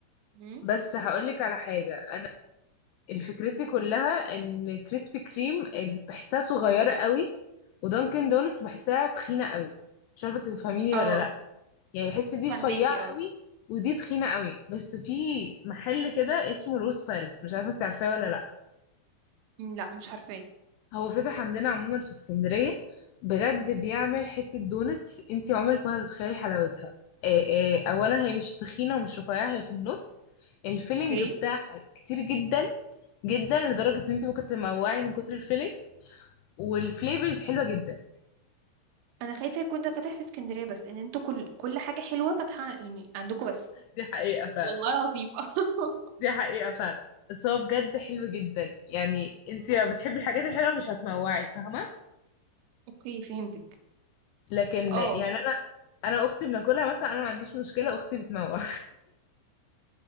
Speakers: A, on the right; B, on the left.
A: مم.
B: بس هقولك على حاجة الفكرتي كلها ان كريسبي كريم ال- بحسها صغيرة قوي ودانكن دونتس بحسها تخينة قوي مش عارفة تفهميني
A: اه
B: ولا لا يعني بحس دي رفيعة
A: فهماكي اه
B: قوي ودي تخينة قوي بس في محل كده اسمه روز باريس مش عارفة انت عارفاه ولا لا
A: مم، لا مش عارفاه
B: هو فتح عندنا عموما في اسكندرية بجد بيعمل حتة دونتس انتي عمرك ما هتتخيلي حلاوتها آه،
A: مم.
B: آه، اولا هي مش تخينة ومش رفيعة هي في النص الفيلينج
A: اوكي
B: بتاعها كتير جدا جدا لدرجة ان انتي ممكن تموعي من كتر الفيلينج والفليفرز حلوة جدا
A: انا خايفه يكون ده فاتح في اسكندريه بس ان انتوا كل كل حاجه حلوه فاتحه يعني عندكم بس
B: دي حقيقة فعلا
A: والله العظيم <laughs>
B: دي حقيقة فعلا بس هو بجد حلو جدا يعني انتي لو بتحبي الحاجات الحلوة مش هتموعي فاهمة
A: اوكي فهمتك
B: لكن
A: اه
B: يعني انا انا اختي بناكلها مثلا انا ما عنديش مشكلة اختي بتموع